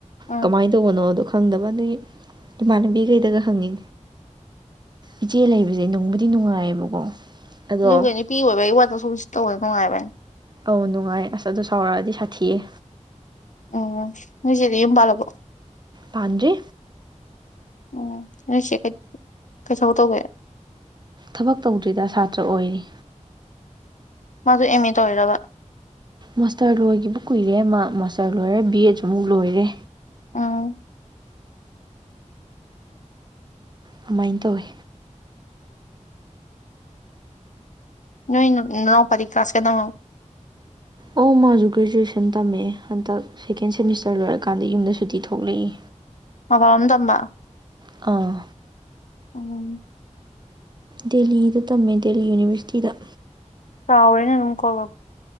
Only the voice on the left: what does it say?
ꯑꯥ
ꯨꯒꯅꯤ ꯄꯤ ꯑꯣꯏꯣꯏꯕ ꯑꯩ ꯋꯥꯗ ꯁꯨ ꯇꯧ ꯅꯨꯡꯉꯥꯏꯕꯅꯦ
ꯑꯣ ꯍꯖꯗꯤ ꯌꯕꯥꯂꯕꯨꯣ
ꯎꯝ ꯅꯁ ꯀꯩꯁꯧ ꯇꯧꯒꯦ
ꯃꯥꯁꯨ ꯑꯦꯝ ꯑꯦ ꯇꯧꯔꯤꯔꯕ
ꯑꯥ
ꯅꯣꯏ ꯅ ꯄꯔꯤ ꯀ꯭ꯔꯥꯁꯁꯤꯦꯗ
ꯃ ꯋꯥꯝ ꯇꯝꯕ
ꯎꯝ
ꯆꯥꯎꯔꯦꯅ ꯑꯗꯨꯝ ꯀꯣꯜ